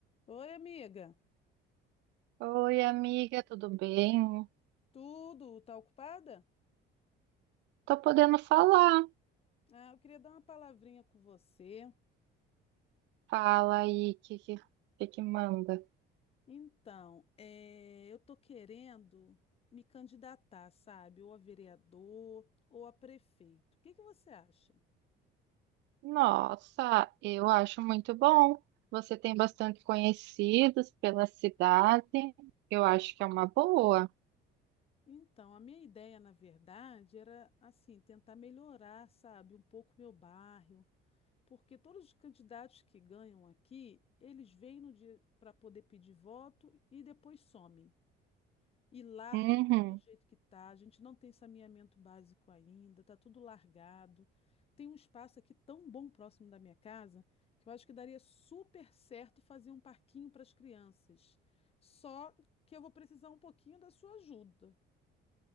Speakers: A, on the left (about 30°); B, on the right (about 65°).
A: Oi, amiga.
B: Oi, amiga, tudo bem?
A: Tudo? Tá ocupada?
B: Tô podendo falar.
A: Ah, eu queria dar uma palavrinha com você.
B: Fala aí, o que que, que que manda?
A: Então, eh, eu tô querendo me candidatar, sabe? Ou a vereador ou a prefeito. O que que você acha?
B: Nossa, eu acho muito bom. Você tem bastante conhecidos pela cidade. Eu acho que é uma boa.
A: Então, a minha ideia, na verdade, era assim, tentar melhorar, sabe, um pouco meu bairro, porque todos os candidatos que ganham aqui, eles vêm no dia para poder pedir voto e depois somem. E largam
B: Uhum.
A: tudo do jeito que tá. A gente não tem saneamento básico ainda, tá tudo largado. Tem um espaço aqui tão bom próximo da minha casa que eu acho que daria super certo fazer um parquinho para as crianças. Só que eu vou precisar um pouquinho da sua ajuda.